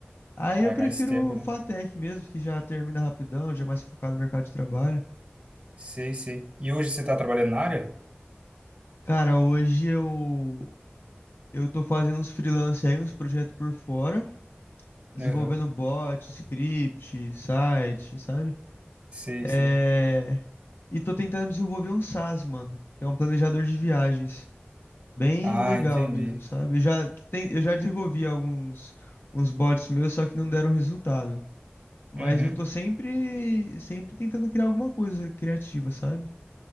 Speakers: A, on the left; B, on the right.
A: Aí
B: Ah,
A: eu
B: é
A: prefiro
B: mais tempo,
A: o
B: né?
A: FATEC mesmo, que já termina rapidão, já é mais focado no mercado de trabalho.
B: Sei, sei. E hoje você tá trabalhando na área?
A: Cara, hoje eu eu tô fazendo uns freelance aí, uns projetos por fora, desenvolvendo
B: Aham.
A: bot, script, site, sabe?
B: Sei,
A: É...
B: sei.
A: E tô tentando desenvolver um SaaS, mano, que é um planejador de viagens. Bem
B: Ah,
A: legal
B: entendi.
A: mesmo, sabe? Eu já, ten- eu já desenvolvi alguns uns bots meus, só que não deram resultado. Mas
B: Uhum.
A: eu tô sempre sempre tentando criar alguma coisa criativa, sabe?